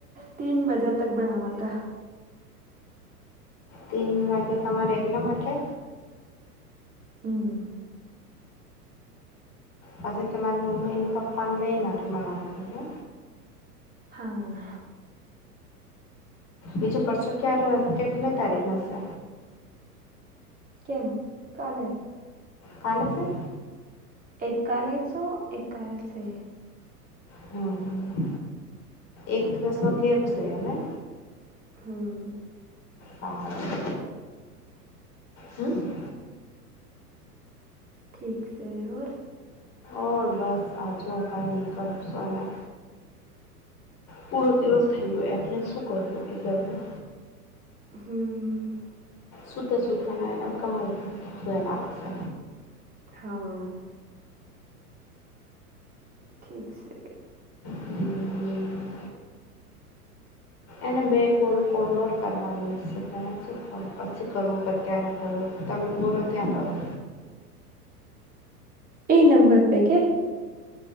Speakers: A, on the right; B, on the left.
A: તીન બજે તક બનાવગ.
B: તન વાગે તમારે એકલામ માટે?
A: હમ
B: પછી તમારી મમ્મી ને પપ્પા ને બે માટે મનાવાનુ હો
A: હા
B: બીજું પરસો ક્યારે કેટલી તારીખમાં છે
A: કેમ, કાલે
B: કાલે છે
A: એક કાલે છો એકકાલે છે
B: હમ એક દિવસ નો ગેપ સે નઈ
A: હમ
B: હા હમ
A: ઠીક છે હોર
B: ઓર બસ આજો કાઈ નીકરુ હું આના પૂરો દિવસ થઈ ગયો એટલે શું કર્યું ઘરમાં
A: હમ
B: સુતા સુતા ના એ અને કમર દખવા લાગશે
A: હા ઠીક સે
B: હમ એને બે કોલ કોલોડ કરવાની સે તેને શું પણ પછી કરું કે અત્યારે કરું તમે બોલો ત્યાં કરો
A: એ નંબર પે કે